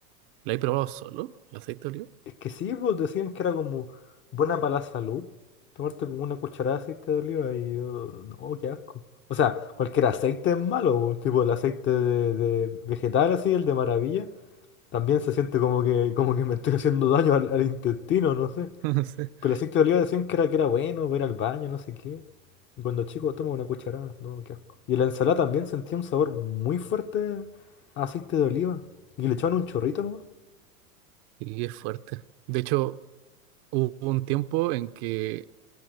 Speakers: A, on the right; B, on the left.
A: la he probado solo, el aceite de
B: Es que sí, pues decían que era como buena para la salud. Tomarte como una cucharada de aceite de oliva y yo, no, qué asco. O sea, cualquier aceite es malo, pues, tipo el aceite de, de vegetal así, el de maravilla, también se siente como que, como que me estoy haciendo daño al, al intestino, no sé.
A: oliva. Sí. <laughs>
B: Pero el aceite de oliva decían que era, que era bueno, ver al baño, no sé qué. Y cuando chico toma una cucharada, no, qué asco. Y en la ensalada también sentía un sabor muy fuerte a aceite de oliva. Y le echaban un chorrito nomás.
A: Y es fuerte. De hecho, hubo un tiempo en que,